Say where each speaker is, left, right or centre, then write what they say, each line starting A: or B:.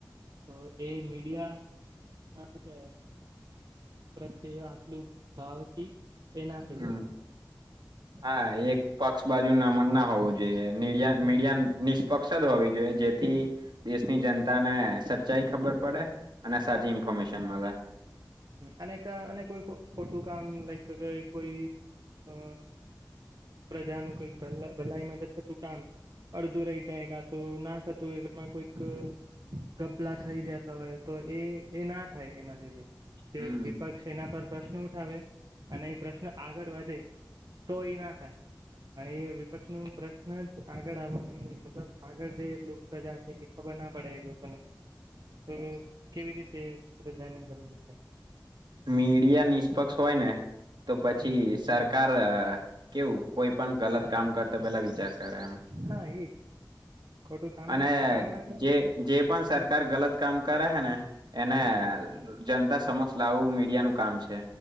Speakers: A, on the right; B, on the right.
A: હવે એ મીડિયા કે પ્રત્યે આટલું ભાવથી એ ના થઈ
B: હુ
A: શકે
B: હા એક પક્ષ બાજુ નામન ના હોવું જોઈએ મીડિયા
A: હમ
B: મીડિયા મીસ <unintelligible> હોવી જોઈએ જેથી દેશની જનતા ને સચ્ચાઈ ખબર પડે અને સાચી ઇન્ફોર્મેશન મળે
A: અને અને કોઈ ખોટું કામ લાઈક કોઈ અ પ્રજાનું કઈક ભલાઈ માટે થતું કામ અડધું રહી જાય કા તો ના થતું એમાં કોઈક ગબલા થઈ જતા હોય તો એ એ ના થાય એના લીધે જે
B: હમ
A: વિપક્ષ એના પર પ્રશ્ન ઉઠે હાવે અને એ પ્રશ્ન આગળ વધે તો એ ના થાચ અને વિપક્ષનું પ્રશ્ન <inaudible> આગળ આવવા નહી બદલ આગળ તે એટલુ પ્રજા છે એ ખબર ના પડે એ લોકોને તો કેવી રીતે પ્રજાની બનાવી
B: મીડિયા નિષ્પક્ષ હોય ને તો પછી
A: હમ
B: સરકાર કેવું કોઈ પણ ગલત કામ કરતા પેલા વિચાર કરે એમ
A: હા એજ ખોટું કામ
B: અને
A: કામ ના કરી
B: જે
A: શકે
B: જે પણ સરકાર ગલત કામ કરે હે ને એને જનતા સમક્ષ લાવું મીડિયા નું કામ છે.